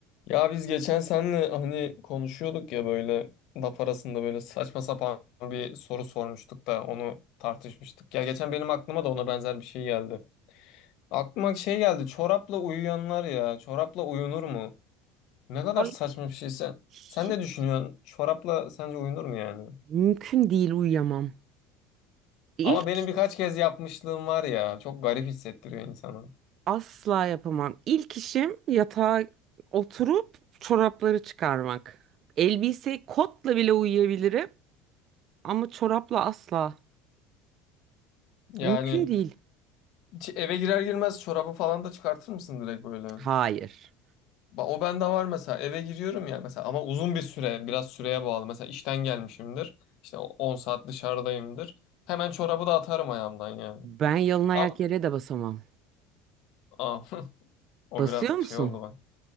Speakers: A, on the left; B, on the right.
A: Ya biz geçen senle hani konuşuyorduk ya böyle laf arasında böyle saçma sapan bir soru sormuştuk da onu tartışmıştık. Ya geçen benim aklıma da ona benzer bir şey geldi. Aklıma şey geldi çorapla uyuyanlar ya çorapla uyunur mu? Ne kadar
B: Ay
A: saçma bir şeyse.
B: hiç
A: Sen ne düşünüyorsun? Çorapla sence uyunur mu yani?
B: mümkün değil uyuyamam. İlk
A: Ama benim birkaç kez yapmışlığım var ya çok garip hissettiriyor insanı.
B: asla yapamam. İlk işim yatağa oturup çorapları çıkarmak. Elbise kotla bile uyuyabilirim ama çorapla asla.
A: Yani
B: Mümkün değil.
A: ç- eve girer girmez çorabı falan da çıkartır mısın direkt böyle?
B: Hayır.
A: Ba- O bende var mesela eve giriyorum ya mesela ama uzun bir süre biraz süreye bağlı mesela işten gelmişimdir işte o- 10 saat dışarıdayımdır hemen çorabı da atarım ayağımdan yani
B: Ben yalın ayak
A: A-
B: yere de basamam.
A: a- <laughs> o
B: Basıyor
A: biraz
B: musun?
A: şey oldu ben